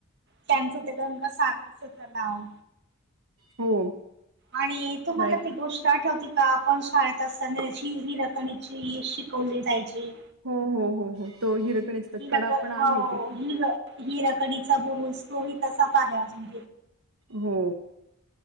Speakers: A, on the right (about 55°); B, on the right (about 75°).
A: त्यांचं ते गंगासागरचं तलाव
B: हो
A: आणि तुम्हाला
B: रायग
A: त गोष्ट आठवती का आपण शाळेत असताना हिर कणी ची शिकवली जायची
B: हो हो हो हो तो हिरकणीचा
A: हिरक
B: कडा पण आहे
A: हो
B: तिथे
A: हिर हिरकणीचा बुरुज तोही तसाच आहे अजून
B: हो